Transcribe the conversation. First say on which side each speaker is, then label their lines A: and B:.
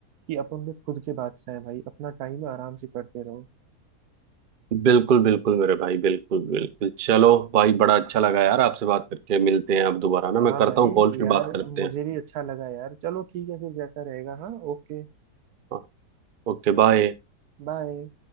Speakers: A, on the right; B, on the right.
A: कि अपन में खुद के बादशाह हैं भाई अपना टाइम आराम से करते रहो
B: बिल्कुल बिल्कुल मेरे भाई बिल्कुल बिल्कुल चलो भाई बड़ा अच्छा लगा यार आपसे बात करके मिलते हैं आप दोबारा ना
A: हाँ
B: मैं करता
A: भाई
B: हूँ कॉल फिर
A: यार
B: बात करते
A: मुझे
B: हैं
A: भी अच्छा लगा यार चलो ठीक है फिर जैसा रहेगा हाँ ओके
B: हाँ, ओके बाय
A: बाय